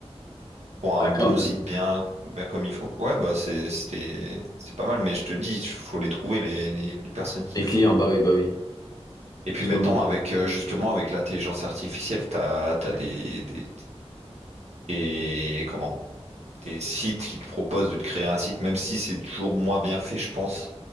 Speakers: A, on the right; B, on the left.
A: pour un
B: Ah,
A: bon
B: quand même.
A: site bien, bien comme il faut. Ouais, bah c'est- c'était c'était pas mal, mais je te dis, il faut les trouver, les, les, les personnes qui
B: Les
A: font.
B: clients, bah oui, bah oui.
A: Et puis
B: Parce
A: maintenant,
B: que bon,
A: avec euh, justement, avec l'intelligence artificielle, t'as, t'as des, des, des- comment, des sites qui te proposent de te créer un site, même si c'est toujours moins bien fait, je pense.